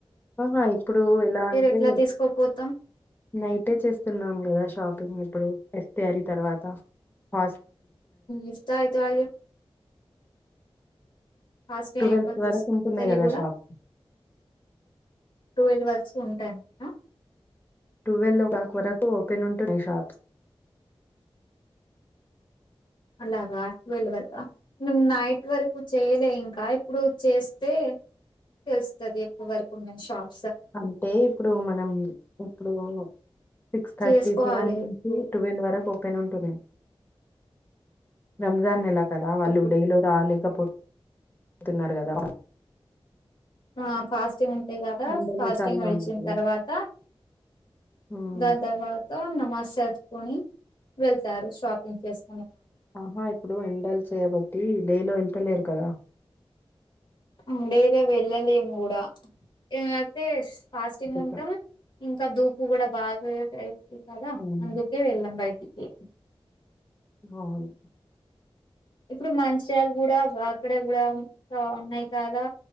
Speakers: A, on the left (about 20°); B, on the left (about 50°).
A: ఆహా ఇప్పుడు ఎలా అంటే
B: ఎట్లా తీసుకోపోతాం
A: నైటే చేస్తున్నాం కదా షాపింగ్ ఇప్పుడు ఇఫ్ తయారి తర్వాత హ
B: ఇస్తా అయితే <inaudible> అయిపో
A: ట్వెల్వ్
B: అయిపోతది
A: వరకు ఉంటున్నాయి
B: కదా
A: షాప్
B: ట్వవెల్ వర్క్స్ ఉంటానయ్య
A: ట్వెల్వ్ ఓ క్లాక్ వరకు ఓపెన్ ఉంటుంది షాప్స్
B: అలాగా అ వెల్ వర్గా మ నైట్ వరకు చేయలే ఇంకా ఇప్పుడు చేస్తే తెలుస్తుది ఎప్పుడు వరకు ఉన్నాయి షాప్
A: అంటే ఇప్పుడు మనం ఇప్పుడు సిక్స్ థర్టీ
B: చేసుకోవాలి
A: సెవెన్ నుంచి
B: ఇప్పుడు
A: ట్వెల్వ్ వరకు ఓపెన్ ఉంటున్నాయి రంజాన్
B: హ్మ్.
A: నెల కదా వాళ్ళు
B: ఇప్పుడు
A: డై లో రాలేకపోతు ఉంటున్నారు కదా వాళ్ళు
B: ఆ ఫాస్టింగ్ ఉంటాయి కదా
A: ఎండలు
B: ఫాస్టింగ్
A: చాలా
B: విడిచిన
A: ఉన్నాయి కదా
B: తర్వాత
A: ఉమ్.
B: దాని తర్వాత నమాస్ సతుకుని వెళ్తారు షాపింగ్ చేసు
A: ఆహా ఇప్పుడు ఎంండల్స కాబట్టి డైలో ట్టలేకదా
B: ఉండేలా వెళ్ళలేము కూడా ఏమైతే ఫాస్టింగ్
A: అందుకోసం.
B: ఉంటాం ఇంకా దూ పూ కూడాడా బాగా అయి ఇ కదా
A: హ్మ్.
B: అందుకే వెల్ంబ అయితకి
A: అవును
B: ఇప్పుడు మంచిలు కూడా అక్కడే కూడా ఉన్నాయి కాదా